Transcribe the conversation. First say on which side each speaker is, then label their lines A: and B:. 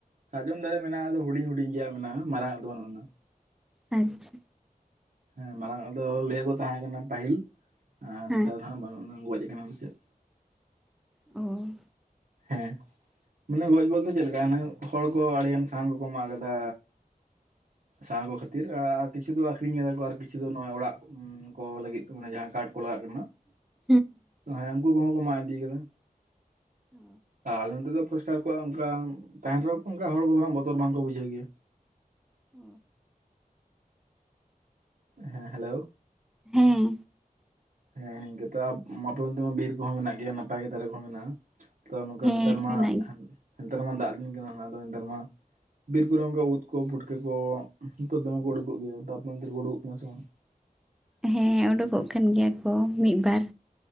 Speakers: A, on the right; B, in the centre.
A: ᱥᱟᱨᱡᱚᱢ ᱫᱟᱨᱮ ᱢᱮᱱᱟᱜᱼᱟ ᱟᱫᱚ ᱦᱩᱰᱤᱧ ᱦᱩᱰᱤᱧ ᱜᱮ ᱢᱮᱱᱟᱜᱼᱟ ᱢᱟᱨᱟᱝ ᱟᱜ ᱫᱚ ᱵᱟᱹᱱᱩᱜ ᱟᱱᱟ
B: ᱟᱪᱪᱷᱟ
A: ᱦᱮᱸ ᱢᱟᱨᱟᱝ ᱟᱜ ᱫᱚ ᱞᱟᱹᱭᱟᱠᱚ ᱛᱟᱦᱮᱸ ᱠᱟᱱᱟ ᱯᱟᱹᱦᱤᱞ ᱟᱨ
B: ᱦᱮᱸ
A: ᱱᱮᱛᱟᱨ ᱫᱚ ᱦᱟᱸᱜ ᱵᱟᱹᱱᱩᱜ ᱜᱚᱡ ᱟᱠᱟᱱᱟ ᱥᱮ ᱪᱮᱫ
B: ᱚ
A: ᱦᱮᱸ ᱢᱟᱱᱮ ᱜᱚᱡ ᱵᱚᱞᱛᱮ ᱪᱮᱫ ᱞᱮᱠᱟ ᱦᱟᱱᱮ ᱦᱚᱲ ᱠᱚ ᱟᱹᱰᱤᱜᱟᱱ ᱥᱟᱦᱟᱱ ᱠᱚᱠᱚ ᱢᱟᱜ ᱠᱟᱫᱟ
B: <inaudible>
A: ᱥᱟᱦᱟᱱ ᱠᱚ ᱠᱷᱟᱹᱛᱤᱨ ᱟᱨ ᱠᱤᱪᱷᱩ ᱫᱚ ᱟᱠᱷᱨᱤᱧ ᱮᱫᱟ ᱠᱚ ᱟᱨ ᱠᱤᱪᱷᱩ ᱫᱚ ᱱᱚᱜᱼᱚᱭ ᱚᱲᱟᱜ ᱠᱚ ᱞᱟᱹᱜᱤᱫ ᱢᱟᱱᱮ ᱡᱟᱦᱟᱸ ᱠᱟᱴ ᱠᱚ ᱞᱟᱜᱟᱜ ᱠᱟᱱᱟ
B: <inaudible>
A: ᱦᱮᱸ ᱩᱱᱠᱩ ᱠᱚᱦᱚᱸ ᱠᱚ ᱢᱟᱜ ᱤᱫᱤ ᱠᱟᱫᱟ
B: ᱚ
A: ᱟᱨ ᱟᱞᱮ ᱱᱚᱛᱮ ᱫᱚ ᱯᱷᱥᱴᱟᱨ ᱠᱚ ᱚᱱᱠᱟ ᱛᱟᱦᱮᱱ ᱨᱮᱦᱚᱸ ᱚᱱᱠᱟ ᱦᱚᱲ ᱠᱚ ᱵᱚᱛᱚᱨ ᱵᱟᱝᱠᱚ ᱵᱩᱡᱷᱟᱹᱣ ᱜᱮᱭᱟ
B: ᱳ
A: ᱦᱮᱸ ᱦᱮᱞᱳᱣ
B: ᱦᱮᱸ
A: ᱦᱮᱸ ᱱᱤᱝᱠᱟᱹ ᱛᱚ ᱟᱯᱮ ᱚᱱᱛᱮ ᱢᱟ ᱵᱤᱨ ᱠᱚᱦᱚᱸ ᱢᱮᱱᱟᱜ ᱜᱮᱭᱟ ᱱᱟᱯᱟᱭ ᱜᱮ ᱫᱟᱨᱮ ᱠᱚᱦᱚᱸ ᱢᱮᱱᱟᱜᱼᱟ ᱛᱚ ᱱᱚᱝᱠᱟ
B: ᱦᱮᱸ
A: ᱱᱮᱛᱟᱨ ᱢᱟ
B: ᱢᱮᱱᱟᱜ
A: ᱱᱮᱛᱟᱨ ᱢᱟ ᱫᱟᱜ ᱫᱤᱱ ᱠᱟᱱᱟ ᱟᱫᱚ ᱱᱮᱛᱟᱨ ᱢᱟ ᱵᱤᱨ ᱠᱚᱨᱮ ᱚᱱᱠᱟ ᱩᱫ ᱠᱚ ᱯᱷᱩᱴᱠᱟᱹ ᱠᱚ ᱱᱤᱛᱚᱜ ᱫᱚᱢᱮ ᱠᱚ ᱩᱰᱩᱠᱚᱜ ᱜᱮᱭᱟ ᱛᱚ ᱟᱯᱮ ᱚᱱᱛᱮ ᱨᱮ ᱠᱚ ᱩᱰᱩᱠᱚᱜ ᱠᱟᱱᱟ ᱥᱮ ᱵᱟᱝ
B: ᱦᱮᱸ ᱚᱰᱩᱠᱚᱜ ᱠᱟᱱ ᱜᱮᱭᱟ ᱠᱚ᱾ ᱢᱤᱫ - ᱵᱟᱨ